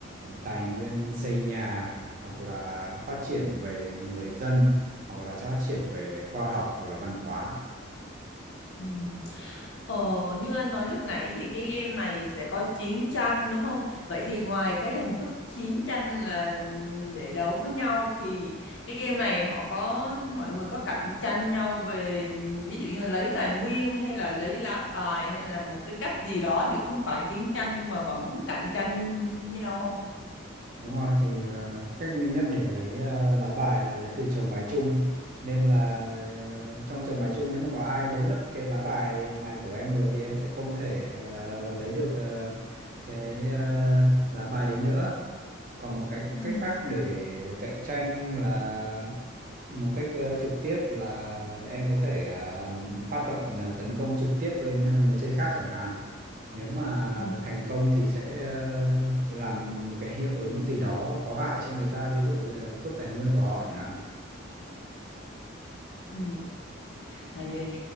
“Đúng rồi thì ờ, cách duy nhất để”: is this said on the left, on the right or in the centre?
Right